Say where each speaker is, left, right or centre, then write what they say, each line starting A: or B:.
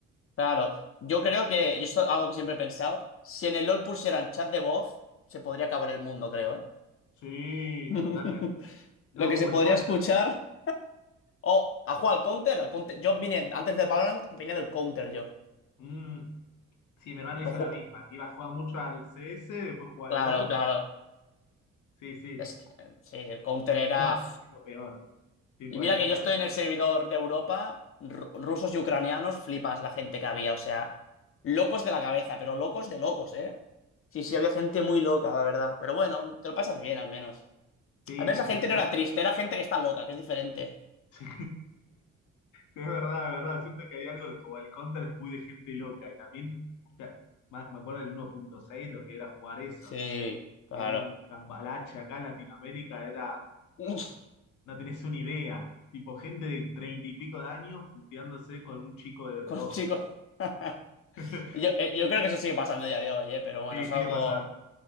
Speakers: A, on the left; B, on the left.
A: Claro, yo creo que, yo esto es algo que siempre he pensado, si en el LOL pusieran chat de voz, se podría acabar el mundo, creo, ¿eh?
B: Sí,
A: <laughs>
B: totalmente. No,
A: Lo que
B: como
A: se podría
B: el counter.
A: escuchar... Oh, ¿ha jugado al counter? al Counter- Yo vine, antes del Valorant, venía del counter yo.
B: Mm, Sí, mi hermano hizo
A: Lo ju-
B: la misma. Iba a jugar mucho al CS, después jugó al
A: Claro,
B: Go.
A: claro.
B: Sí, sí,
A: Es que, eh, sí, el counter era...
B: es lo, es lo peor. Tipo,
A: Y mira
B: el,
A: que
B: el
A: yo
B: chat
A: estoy
B: de voz.
A: en el servidor de Europa, ru- rusos y ucranianos, flipas la gente que había, o sea, locos de la cabeza, pero locos de locos, ¿eh? Sí, sí, había gente muy loca, la verdad. Pero bueno, te lo pasas bien al menos.
B: Sí,
A: A ver,
B: te,
A: esa
B: te,
A: gente
B: te-
A: no era
B: <laughs>
A: triste, era gente que está loca, que es diferente.
B: sí. Es verdad, es verdad. Siento que hay algo de- como el Counter es muy de gente loca. Y también, ya, más, me acuerdo del 1.6, lo que era jugar eso.
A: Sí, claro.
B: Era un cambalache acá en Latinoamérica, era,
A: <laughs>
B: no tenés una idea. Tipo, gente de treinta y pico de años puteándose con un chico de
A: Con
B: 12.
A: chicos. <laughs>
B: <laughs>
A: Yo, eh, yo creo que eso sigue pasando a día de hoy, eh, pero bueno,
B: Sí,
A: es
B: sigue
A: algo.
B: pasando.